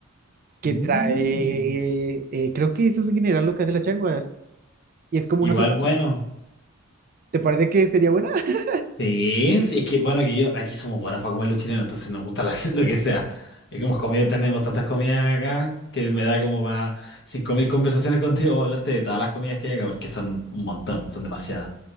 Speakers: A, on the right (about 45°); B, on the left (about 60°).
A: que
B: Mm.
A: trae, eh, creo que eso es en general lo que hace la changua. Y es como
B: Igual
A: una sopa,
B: bueno.
A: ¿te parece que sería buena? <laughs>
B: Sí, sí, es que bueno, que yo, aquí somos buenos para comer los chilenos, entonces nos gusta la- <laughs> lo que sea. Es que hemos comido, tenemos tantas comidas acá que me da como para 5.000 conversaciones contigo para hablarte de todas las comidas que hay acá, porque son un, un montón, son demasiadas.